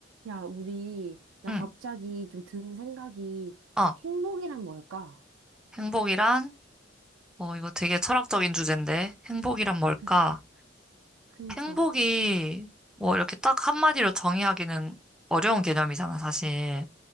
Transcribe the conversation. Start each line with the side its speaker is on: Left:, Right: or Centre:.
Right: 야, 우리, 나
Centre: 응.
Right: 갑자기 좀 든 생각이
Centre: 어,
Right: 행복이란 뭘까?
Centre: 행복이란? 어, 이거 되게 철학적인 주제인데. 행복이란 뭘까?
Right: 그, 그니까,
Centre: 행복이 뭐 이렇게 딱 한마디로 정의하기는 어려운 개념이잖아, 사실.